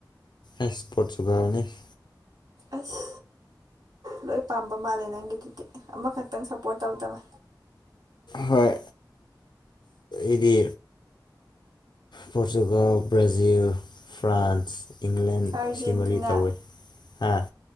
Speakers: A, on the left; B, on the right.
A: ꯑꯁ ꯄꯣꯠꯆꯒꯥꯎꯅꯤꯁ
B: ꯑꯁ ꯂꯣꯏ ꯄꯥꯝꯕ ꯃꯥꯜꯂꯦ ꯅꯪꯒꯤꯗꯨꯗꯤ ꯑꯃꯈꯛꯇꯪ ꯁꯞꯄꯣꯔꯠ ꯇꯧꯗꯕ
A: ꯍꯣꯏ ꯏꯗꯤ ꯄꯣꯔꯇꯨꯒꯜ ꯕ꯭ꯔꯥꯖꯤꯜ ꯐ꯭ꯔꯥꯟꯁ ꯏꯪꯂꯦꯟ
B: ꯑꯥꯔꯖꯦꯟꯇꯤꯅꯥ
A: ꯁꯤ ꯃꯔꯤ ꯇꯧꯋꯦ ꯍꯥ